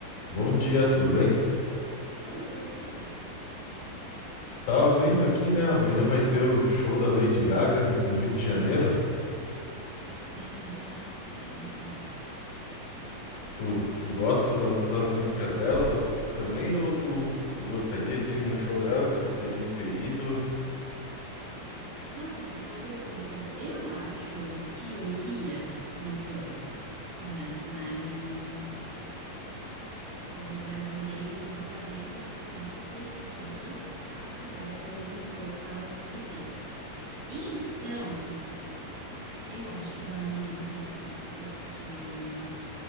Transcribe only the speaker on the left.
Bom dia, tudo bem?
Tava vendo aqui, né? Amanhã vai ter o show da Lady Gaga no Rio de Janeiro.
Tu, tu gosta das, das músicas dela também? Ou tu, tu gostaria de ir no show dela? Gostaria de ter ido?